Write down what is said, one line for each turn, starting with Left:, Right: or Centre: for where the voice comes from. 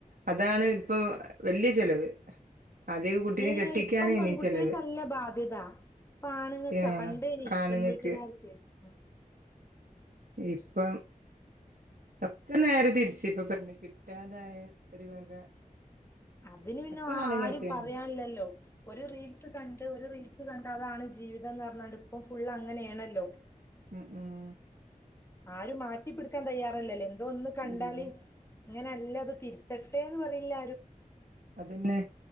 Right: അതാണ് ഇപ്പൊ വലിയ ചെലവ്. ആദ്യം കുട്ടിനെ
Left: ഏഹ്
Right: കെട്ടിക്കാനേനി
Left: ഇപ്പം പെൺകുട്ടിക്കല്ല
Right: ചെലവ്
Left: ബാധ്യത. ആണുങ്ങൾക്കാ
Right: ഏഹ്
Left: പണ്ടേനി
Right: ആണുങ്ങക്ക്
Left: പെൺവീട്ടുകാർക്ക് ഉം
Right: ഇപ്പം ഒക്കെ നേരെ തിരിച്ച ഇപ്പ പെണ് കിട്ടാതായ ഒരു വക.
Left: അതിന് പിന്നെ
Right: ഒക്കെ ആണുങ്ങക്കന്നെ
Left: ആരും പറയാല്ലല്ലോ. ഒരു റീൽസ് കണ്ട് ഒരു റീൽസ് കണ്ട് അതാണ് ജീവിതംന്ന് റഞ്ഞാണ്ട് ഇപ്പം ജീവിതം ഫുള് അങ്ങനെയാണല്ലോ
Right: ഉം ഉം
Left: ആരും മാറ്റി പിടുക്കാൻ തയ്യാറല്ലല്ല എന്തോ ഒന്ന് കണ്ടാല്
Right: ഇല്ല
Left: ഇങ്ങനെല്ല അത് തിരുത്തട്ടെന്ന് പറയണില്ല
Right: അതന്നെ